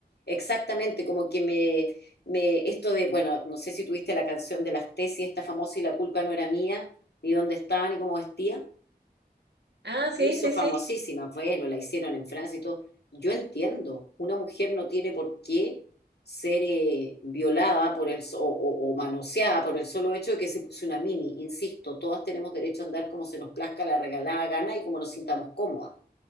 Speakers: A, on the left; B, on the right.
A: exactamente como que me, me esto de, bueno, no sé si tuviste la canción de las tesis, esta famosa y la culpa no era mía, ni dónde estaba, ni cómo vestía.
B: Ah, sí,
A: se hizo
B: sí,
A: famosísima,
B: sí.
A: bueno, la hicieron en Francia y todo. Yo entiendo, una mujer no tiene por qué ser eh, violada por el, so- o, o- o manoseada por el solo hecho de que se puso una mini. Insisto, todas tenemos derecho a andar como se nos plazca la regalada gana y como nos sintamos cómodas,